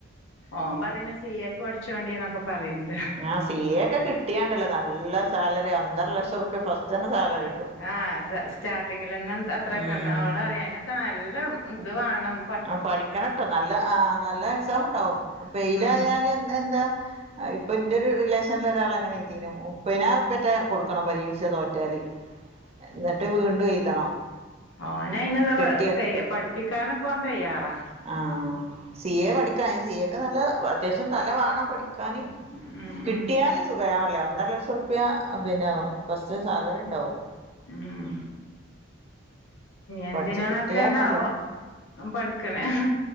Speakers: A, on the left (about 70°); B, on the right (about 30°).
A: ഓൻ പറയുന്ന് സി എ ക്ക് പഠിച്ചോണ്ടിന്നൊക്കെ പറയുന്ന്.
B: ആ സി ഐക്കെ കിട്ടിയാണ്ടല്ലോ നല്ല സാലറി ഒന്നര ലക്ഷം റുപ്പിയാ ഫസ്റ്റ് തന്നെ സാലറി കിട്ടും
A: ആ സ സ്റ്റാർട്ടിങ്ങിലന്നെ അത്രൊക്കെ
B: ഉം
A: ഉണ്ടാവണം അവലറിയാ അയിനൊക്കെ നല്ല ഇതുവേണം.
B: ആ പഠിക്കണട്ടോ നല്ല ആ നല്ല എക്സാമുണ്ടാവും ഫെയിലായാലെന്താ.
A: ഉം
B: ആ ഇപ്പം എൻ്റെയൊരു റിലേഷനില് ഒരാൾ അങ്ങനെ എഴുതീനു മുപ്പനായിരം റുപ്പിയാറ്റെ കൊടുക്കണം പരീക്ഷതോറ്റാല്. എന്നിട്ടുവീണ്ടും എഴുതണം.
A: ഓന് അയിനുവേറെ
B: കെട്ടി
A: തയ്യാ പഠിപ്പിക്കാനൊക്കെ ഓൻ തയ്യാറാ.
B: ആ സി എ പഠിക്കാൻ അയ്ന് സി എ ക്ക് നല്ല അത്യാവശ്യം തലവേണം പഠി ക്കാന്
A: ഉം
B: കിട്ടിയാല്.
A: ഉം
B: സുഖായി ഞാൻ പറഞ്ഞില്ലേ ഒന്നരലക്ഷം റുപ്പിയാ പിന്നെ ഫസ്റ്റ് സാലറിയുണ്ടാവും.
A: ഉം എന്തിനാണൊക്കൊയണാവോ.
B: പഠിച്ച് കിട്ടിയാ നല്ലത്
A: അവൻ പഠിക്കണെ